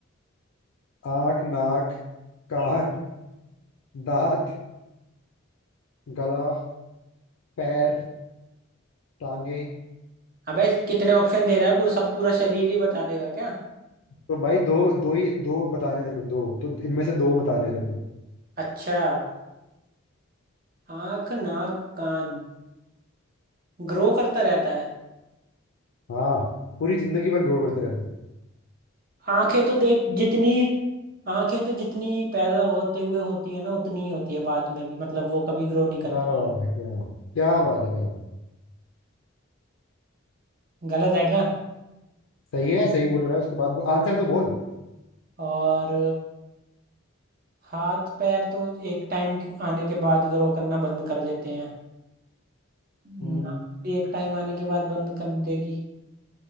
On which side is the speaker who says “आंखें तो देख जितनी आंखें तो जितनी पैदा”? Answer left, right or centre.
Right